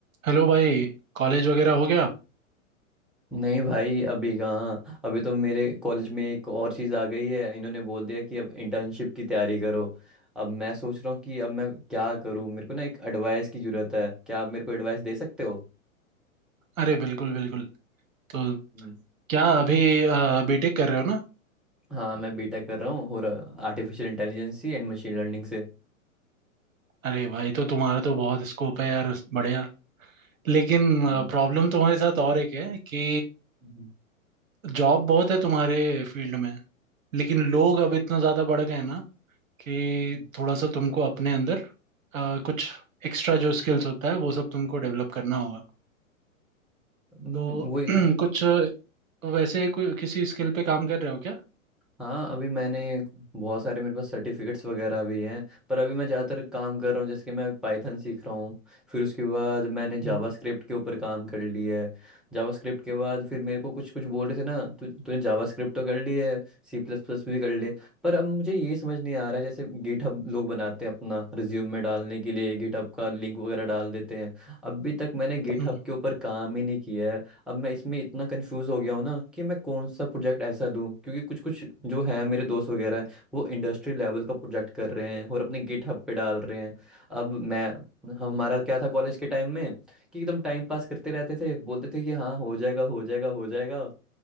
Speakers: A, on the right; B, in the centre.
A: Hello भाई College वगैरह हो गया
B: नहीं भाई अभी कहाँ अभी तो मेरे कॉलेज में एक और चीज़ आ गई है इन्होंने बोल दिया कि अब इंटर्नशिप की तैयारी करो अब मैं सोच रहा हूँ कि अब मैं क्या करूँ मेरे को ना एक एडवाइस की ज़रूरत है क्या आप मेरे को एडवाइस दे सकते हो
A: अरे बिल्कुल बिल्कुल तो
B: हम्म,
A: क्या अभी बीटेक कर रहे हो ना
B: हाँ मैं बीटेक कर रहा हूँ और artificial intelligence and machine learning से
A: अरे भाई तो तुम्हारा तो बहुत स्कोप है यार बढ़िया लेकिन
B: हम्म,
A: प्रॉब्लम तुम्हारे साथ और एक है कि
B: हम्म,
A: जॉब बहुत है तुम्हारे फील्ड में लेकिन लोग अब इतना ज़्यादा बढ़ गए हैं ना कि
B: हम्म।
A: थोड़ा सा तुमको अपने अंदर अ, कुछ एक्स्ट्रा जो स्किल्स होता है वो सब तुमको डेवलप करना होगा
B: हम्म,
A: तो
B: वही
A: <clears throat> कुछ वैसे कोई किसी स्किल पे काम कर रहे हो क्या
B: हाँ अभी मैंने बहुत सारे मेरे पास सर्टिफिकेट्स वगैरह भी हैं पर अभी मैं ज़्यादातर काम कर रहा हूँ जैसे कि मैं पाइथन सीख रहा हूँ फिर उसके बाद मैंने
A: हम्म
B: जावास्क्रिप्ट के ऊपर काम कर लिया है जावास्क्रिप्ट के बाद फिर मेरे को कुछ कुछ बोल रहे थे ना तू तूने जावास्क्रिप्ट तो कर ली है सी प्लस प्लस भी कर ले पर अब मुझे ये समझ नहीं आ रहा है जैसे गिटहब लोग बनाते हैं अपना रिज्यूम में डालने के लिए गिटहब का लिंक वगैरह डाल देते हैं अभी तक मैंने गिटहब
A: हम्म
B: के ऊपर काम ही नहीं किया है अब मैं इसमें इतना कंफ्यूज हो गया हूँ ना कि मैं कौन सा प्रोजेक्ट ऐसा लूँ क्योंकि कुछ कुछ जो है मेरे दोस्त वगैरह हैं वो इंडस्ट्री लेवल का प्रोजेक्ट कर रहे हैं और अपने गिटहब पे डाल रहे हैं अब मैं हमारा क्या था कॉलेज के टाइम में कि एकदम टाइम पास करते रहते थे बोलते थे कि हाँ हो जाएगा हो जाएगा हो जाएगा